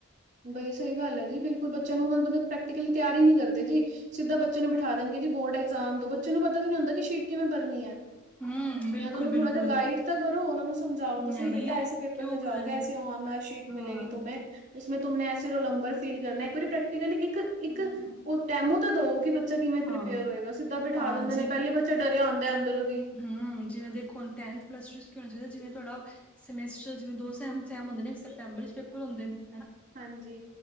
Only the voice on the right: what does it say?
ਬਈ ਸਹੀ ਗੱਲ ਐ ਜੀ ਬਿਲ ਬੱਚੇ ਨੂੰ ਮਲਬ ਪ੍ਰੈਕਲੀ ਤਿਆਰੀ ਨੀ ਕਰਦੇ ਜੀ ਸਿੱਧਾ ਬੱਚੇ ਨੂੰ ਬਿਠਾ ਦੇਣਗੇ ਜੀ ਬੋਰਡ ਐਗਜ਼ਾਮ ਦੋ ਬੱ ਬੱਚੇ ਨੂੰ ਪਤਾ ਵੀ ਨੀ ਹੁੰਦਾ ਕਿ ਸ਼ੀਟ ਕਿਵੇਂ ਭਰਨੀ ਆ।
ਜਾਂ ਤਾਂ ਉਹਨੂੰ ਥੋੜਾ ਜਿਹਾ ਗਾਈਡ ਤਾਂ ਕਰੋ ਉਹਨਾ ਨੂੰ ਸਮਝਾਉ ਤੁਸੀਂ
ਬੇਟਾ
ਐਸੇ ਪੇਪਰ
ਮੇ ਜਾਓਗੇ
ਐਸੇ ਓ ਐੱਮ ਆਰ ਸੀਟ ਮਿਲੇਗੀ
ਤੁਮੇ ਇਸੇ ਮੇ ਤੁਮ ਨੇ ਐਸੇ ਰੋਲਨੰਬਰ ਫੀਲ ਕਰਨਾ ਇੱਕ ਵਾਰੀ ਪ੍ਰੈਕਟੀਕਲੀ ਇੱਕ ਇੱਕ
ਉਹ ਟੈਮੋ ਤਾਂ ਦੋ ਕਿ ਬੱ ਬੱਚਾ ਕਿਵੇਂ ਪ੍ਰੀਪੇਅਰ
ਹੋਏਗਾ। ਸਿੱਧਾ ਬਿਠਾ
ਦਿੰਦੇ ਨੇ ਪਹਿਲੀ ਬੱਚਾ ਡਰਿਆ ਆਉਂਦਾ ਅੰਦਰੋਂ ਦੀ।
ਹਾਂਜੀ।